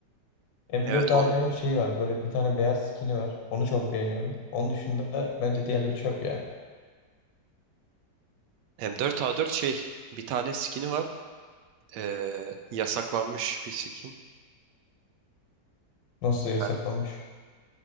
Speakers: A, on the left; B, on the right.
A: M4A1'in
B: Evet on
A: şeyi var. Böyle bir tane beyaz skini var. Onu çok beğeniyorum. Onun dışında bence diğerleri çöp ya.
B: M4A4 şey bir tane skin'i var. Ee, yasaklanmış bir skin.
A: Nasıl yasaklanmış?
B: Yani